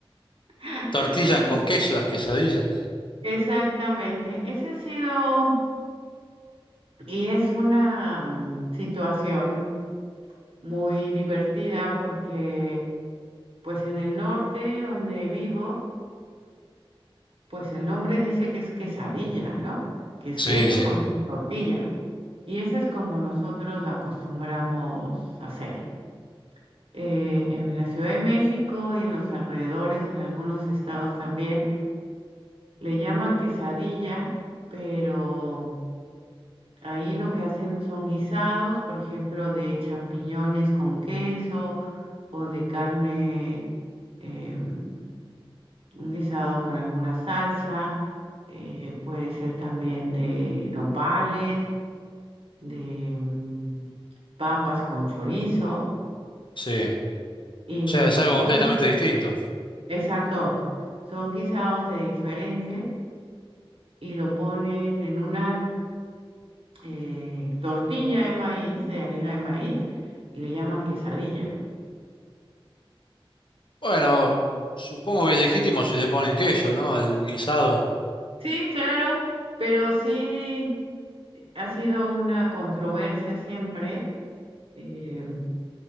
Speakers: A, on the right; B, on the left.
A: <laughs>
B: tortillas con queso
A: Sí.
B: las quesadillas.
A: Exactamente. Ese ha sido y es una mm, situación muy divertida porque pues en el norte donde vivo, Pues el nombre dice que es quesadilla, ¿no? Que es
B: Sí,
A: queso
B: sí.
A: con tortilla. Y ese es como nosotros la acostumbramos hacer. Eh, en la Ciudad de México y en los alrededores, en algunos estados también, le llaman quesadilla, pero ahí lo que hacen son guisados, por ejemplo, de champiñones con queso o de carne, em, un guisado con alguna salsa, eh, puede ser también de nopales, de mm, papas con chorizo
B: Sí.
A: y
B: O sea, es
A: lo
B: algo
A: ponen,
B: completamente distinto.
A: exacto, son guisados de diferentes y lo ponen en una eh, tortilla de maíz, de harina de maíz y le llaman quesadilla.
B: Bueno, supongo que es legítimo si le ponen queso, ¿no? Al guisado.
A: Sí, claro, pero sí ha sido una controversia siempre. eh,